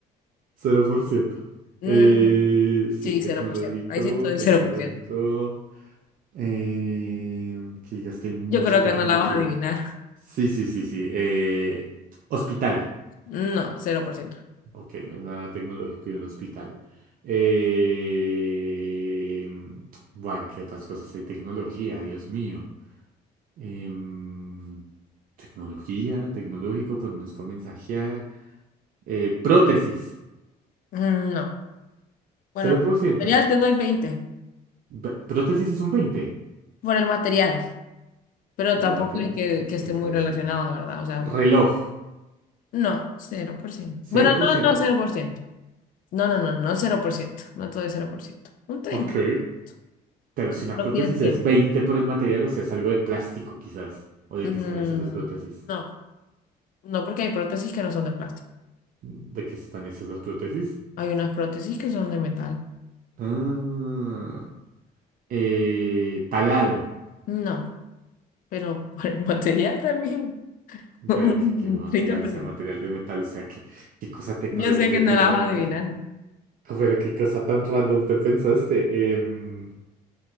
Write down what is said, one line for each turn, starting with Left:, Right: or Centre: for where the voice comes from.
Right: 0%.
Left: Mm,
Right: Eh, si
Left: sí,
Right: es tecnológico,
Left: cero por ciento Ahí sí estoy
Right: tecnológico.
Left: cero por ciento
Right: eh, que digas que hay mucha
Left: Yo creo
Right: tecnología.
Left: que no la vas a adivinar.
Right: Sí, sí, sí, sí. eh, hospital.
Left: No, 0%.
Right: Ok, no es nada tecnológico y un hospital. Eh... Bueno, ¿qué otras cosas hay? Tecnología, Dios mío. Em, Tecnología, tecnológico, pero no es para mensajear. Eh, prótesis,
Left: Mm, No.
Right: 0%.
Left: Bueno, por el material te doy veinte
Right: Ve- Prótesis es un veinte
Left: Por el material.
Right: por ciento
Left: Pero
Right: por
Left: tampoco
Right: el material
Left: es
Right: de,
Left: que,
Right: de
Left: que esté
Right: que está
Left: muy
Right: hecho
Left: relacionado,
Right: el ma-
Left: ¿verdad? O sea,
Right: Reloj,
Left: no, cero por ciento
Right: cero
Left: Bueno,
Right: por
Left: no,
Right: ciento.
Left: no, cero por ciento No, no, no, no cero por ciento, no todo es cero por ciento, un 30%,
Right: Ok, pero
Left: como
Right: si una
Left: no
Right: prótesis
Left: tiene tiempo.
Right: es veinte por el material, o sea, es algo de plástico quizás. ¿O de
Left: Mm,
Right: qué están hechas las prótesis?
Left: no, no porque hay prótesis que no son de plástico,
Right: ¿De qué están hechas las prótesis?
Left: hay unas prótesis que son de metal,
Right: Ah, eh, taladro.
Left: no, pero por el material también, <laughs> un
Right: Pero qué, qué material,
Left: treinta por
Right: o sea,
Left: ciento.
Right: material de metal, o sea, qué, qué cosa tecnológica
Left: Yo sé que
Right: hay
Left: no
Right: que sea
Left: la vas
Right: de
Left: a
Right: metal.
Left: adivinar,
Right: Oh, Pero qué cosa tan random te pensaste. Em,